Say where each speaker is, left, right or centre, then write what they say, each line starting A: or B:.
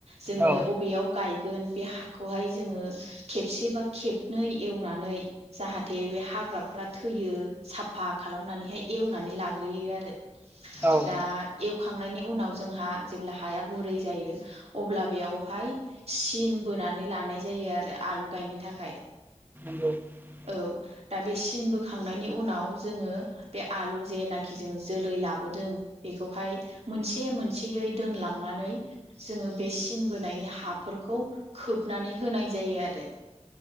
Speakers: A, on the right; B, on the right.
A: जोङो
B: औ
A: बबेयाव गाय बे हाखौहाय जोङो खेबसे बा खेबनै एवनानै जाहाथे बे हाग्रा फ्रा थैयो साफा खालामनानैहाय एवनानै लाग्रोयो आरो
B: औ नंगौ औ
A: दा एव एखांनायनि उनाव जोंहा जेब्ला हाया गुरै जायो अब्ला बेयावहाय सिन बोनानै लानाय जायो आरो आलु गायनो थाखाय
B: <inaudible>
A: औ दा बे सिन बोखांनायनि उनाव जोङो बे आलु जेनाखि जोङो जोलै लाब लाबोदों बेखौहाय मोनसे, मोनसेयै दोनलांनानै जोङो बे सिन बोनायनि हाब हाफोर खोबनानै होनाय जायो आरो